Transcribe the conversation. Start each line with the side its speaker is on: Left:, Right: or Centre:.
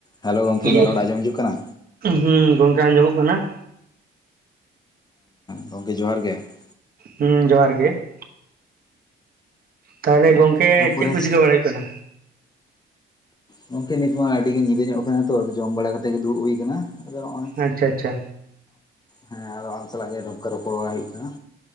Left: ᱦᱮᱞᱟ ᱜᱚᱢᱠᱮ
Right: ᱦᱮᱞᱳ
Left: ᱤᱧᱟᱜ ᱨᱚᱲ ᱟᱸᱡᱚᱢ ᱤᱡᱩᱜ ᱠᱟᱱᱟ?
Right: ᱦᱩᱸ ᱜᱚᱝᱠᱮ ᱟᱸᱡᱚᱢᱚᱜ ᱠᱟᱱᱟ ᱾
Left: ᱜᱚᱢᱠᱮ ᱡᱚᱦᱟᱨ ᱜᱮ ᱾
Right: ᱦᱩᱸ ᱡᱚᱦᱟᱨ ᱜᱮ ᱾ ᱛᱟᱦᱚᱞᱮ ᱜᱚᱝᱠᱮ
Left: ᱛᱟᱯᱚᱨᱮ
Right: ᱪᱮᱫ ᱠᱚ ᱪᱤᱠᱟᱹ ᱵᱟᱲᱟᱭ ᱦᱩᱭᱩᱜ ᱠᱟᱱᱟ?
Left: ᱜᱚᱝᱠᱮ ᱱᱤᱛ ᱢᱟ ᱟᱹᱰᱤ ᱜᱮ ᱧᱤᱫᱟᱹ ᱧᱚᱜ ᱠᱟᱱᱟ ᱛᱚ, ᱡᱚᱢ ᱵᱟᱲᱟ ᱠᱟᱛᱮ ᱜᱮ ᱫᱩᱲᱩᱵ ᱦᱩᱭ ᱠᱟᱱᱟ᱾ ᱟᱫᱚ ᱱᱚᱜᱼᱚᱭ
Right: ᱟᱪᱪᱷᱟ ᱟᱪᱪᱷᱟ
Left: ᱦᱮᱸ ᱟᱫᱚ ᱟᱢ ᱥᱟᱞᱟᱜ ᱜᱮ ᱱᱚᱝᱠᱟ ᱨᱚᱯᱚᱲ ᱵᱟᱲᱟᱭ ᱦᱩᱭᱩᱜ ᱠᱟᱱᱟ᱾